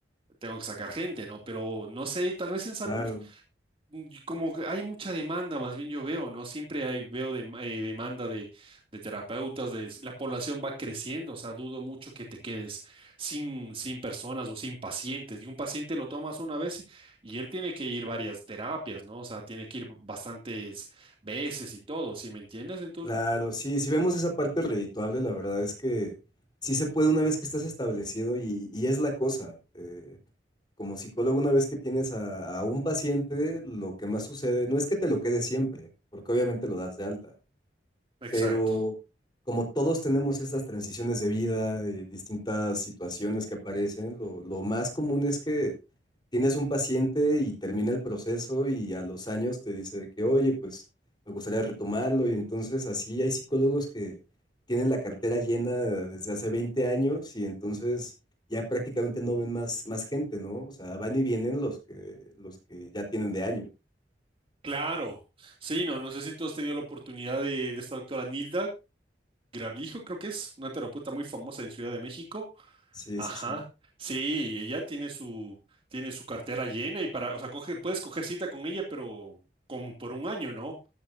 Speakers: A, on the right (about 30°); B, on the left (about 25°).
A: tengo que sacar gente, ¿no? Pero no sé, tal vez en
B: claro,
A: salud y Como que hay mucha demanda, más bien yo veo, ¿no? Siempre hay, veo dem- eh, demanda de, de terapeutas, de, la población va creciendo, o sea, dudo mucho que te quedes sin, sin personas o sin pacientes. Y un paciente lo tomas una vez y él tiene que ir varias terapias, ¿no? O sea, tiene que ir bastantes veces y todo, ¿sí me entiendes? Entonces,
B: claro. Sí, si vemos esa parte redituable, la verdad es que sí se puede una vez que estás establecido y, y es la cosa. eh, como psicólogo, una vez que tienes a, a un paciente, lo que más sucede no es que te lo quede siempre, porque obviamente lo das de alta
A: exacto.
B: pero como todos tenemos esas transiciones de vida, eh, distintas situaciones que aparecen, lo, lo más común es que tienes un paciente y termina el proceso y a los años te dice que, oye, pues me gustaría retomarlo y entonces así hay psicólogos que tienen la cartera llena desde hace 20 años y entonces ya prácticamente no ven más, más gente, ¿no? O sea, van y vienen los que, los que ya tienen de año.
A: Claro. Sí, no, no sé si tú has tenido la oportunidad de, de esta doctora Nilda Grablijo, creo que es una terapeuta muy famosa en Ciudad de México.
B: Sí,
A: Ajá.
B: sí, sí,
A: Sí, ella tiene su, tiene su cartera llena y para, o sea, coge, puedes coger cita con ella, pero como por un año, ¿no?